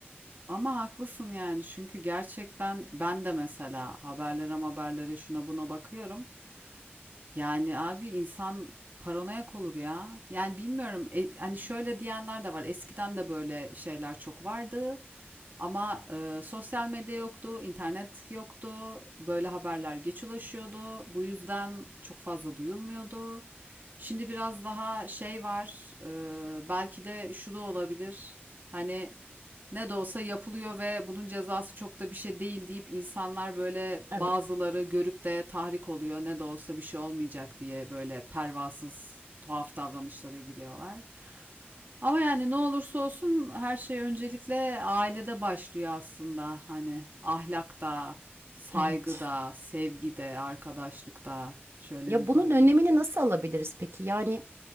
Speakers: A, on the right; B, on the right.
A: Ama haklısın yani çünkü gerçekten ben de mesela haberlere haberlere şuna buna bakıyorum. Yani abi insan paranoyak olur ya. Yani bilmiyorum e, hani şöyle diyenler de var. Eskiden de böyle şeyler çok vardı. Ama e, sosyal medya yoktu, internet yoktu. Böyle haberler geç ulaşıyordu. Bu yüzden çok fazla duyulmuyordu. Şimdi biraz daha şey var. e, belki de şu da olabilir. Hani ne de olsa yapılıyor ve bunun cezası çok da bir şey değil deyip insanlar böyle
B: Evet,
A: bazıları görüp de tahrik oluyor. Ne de olsa bir şey olmayacak diye böyle pervasız tuhaf davranışlara giriyorlar. Ama yani ne olursa olsun her şey öncelikle ailede başlıyor aslında. Hani ahlakta, saygıda,
B: evet.
A: sevgide, arkadaşlıkta şöyle
B: Ya
A: bir
B: bunun
A: bak.
B: önlemini nasıl alabiliriz peki? Yani